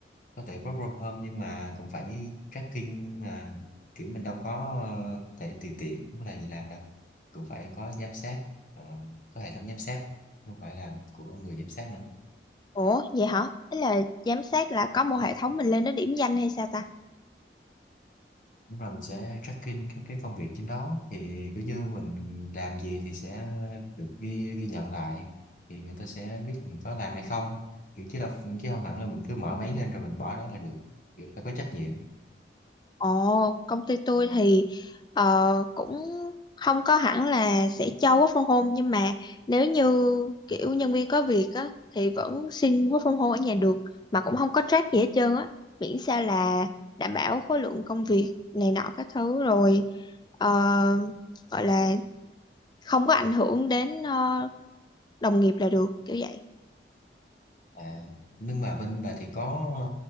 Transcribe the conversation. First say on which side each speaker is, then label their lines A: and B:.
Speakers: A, on the left; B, on the left.
A: có thể work from home nhưng mà cũng phải tracking à, kiểu mình đâu có ờ, thể tùy tiện muốn làm gì làm đâu cũng phải có giám sát ờ, có hệ thống giám sát không phải là của người giám sát nữa
B: Ủa, vậy hả? Ý là giám sát là có một hệ thống mình lên nó điểm danh hay sao ta?
A: đúng là mình sẽ tracking các cái công việc trên đó thì cứ như mình, mình làm gì thì sẽ được ghi ghi nhận lại thì người ta sẽ biết mình có làm hay không kiểu chứ đâu chứ không hẳn là mình cứ mở máy lên rồi mình bỏ đó là được người ta có trách nhiệm
B: Ồ, công ty tôi thì ờ, cũng không có hẳn là sẽ cho work from home nhưng mà nếu như kiểu nhân viên có việc á thì vẫn xin work from home ở nhà được mà cũng không có track gì hết trơn á, miễn sao là đảm bảo khối lượng công việc này nọ các thứ rồi ờ, gọi là không có ảnh hưởng đến ờ, đồng nghiệp là được kiểu vậy
A: À, nhưng mà bên bà thì có